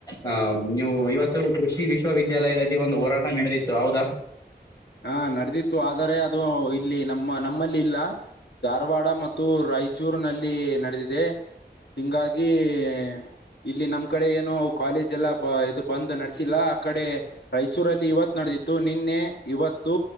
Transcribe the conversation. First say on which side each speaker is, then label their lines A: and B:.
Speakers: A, on the left; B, on the left.
A: ಹಮ್ ನೀವು ಇವತ್ತು ಕೃಷಿ ವಿಶ್ವವಿದ್ಯಾಲಯದಲ್ಲಿ ಒಂದು ಹೋರಾಟ ನಡೆದಿತ್ತು ಹೌದಾ.
B: ಹಾ ನಡೆದಿತ್ತು ಆದರೆ ಅದು ಇಲ್ಲಿ ನಮ್ಮ ನಮ್ಮಲ್ಲಿ ಇಲ್ಲ ಧಾರವಾಡ ಮತ್ತು ರಾಯಚ ಚೂರಿನಲ್ಲಿ ನಡೆದಿದೆ ಹಿಂಗಾಗಿ ಇ ಇಲ್ಲಿ ನಮ್ ಕಡೆ ಏನು ಕಾಲೇಜ್ ಎಲ್ಲ ಇದು ಬಂದ್ ನಡೆಸಿಲ್ಲ ಆ ಕಡೆ ರಾಯಚೂರಲ್ಲಿ ಇವತ್ತು ನಡೆದಿತ್ತು ನಿನ್ನೆ ಇವತ್ತು